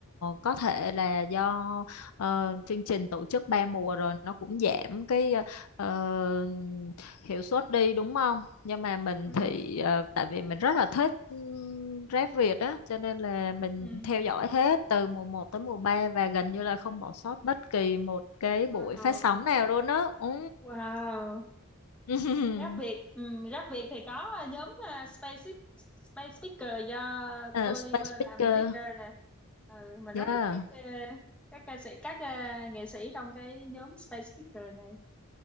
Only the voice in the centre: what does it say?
ừ
ừ
Wow,
wow.
Rap Việt. ừ rap Việt thì có à, nhóm à, Space Space Speaker do
Tua
Liver
làm leader nè ừ, mình
rất thích các ờ, các ca sĩ các ờ, nghệ sĩ trong cái nhóm Space Speaker này